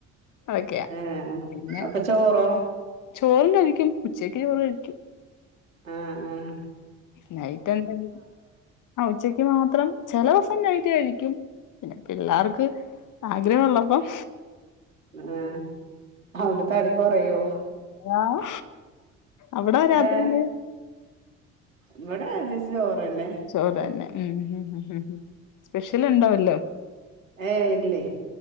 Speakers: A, on the left; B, on the right.
A: അതൊക്കെയാ.
B: ആഹ്
A: പിന്നെ
B: അപ്പോ ചോറോ
A: ചോറും കഴിക്കും ഉച്ചയ്ക്ക് ചോറ് കഴിക്കും
B: ആഹ് ആഹ്
A: നൈറ്റാന്താടീ അ ഉച്ചക്ക് മാത്രം ചെലോസം നൈറ്റ്‌ കഴിക്കും പിന്നെ പിള്ളാർക്ക് ആഗ്രഹള്ളപ്പം
B: ആ അതോണ്ട് തടി കൊറയോ
A: ആഹ് അവിടാ രാത്രിയില്
B: ഏ ഇവിടെ രാവിലച്ച ചോറെന്നെ
A: ചോറ് തന്നെ ഉം ഉം സ്പെഷ്യൽ ഉണ്ടാവല്ലോ
B: ഏയ് ഇല്ലേ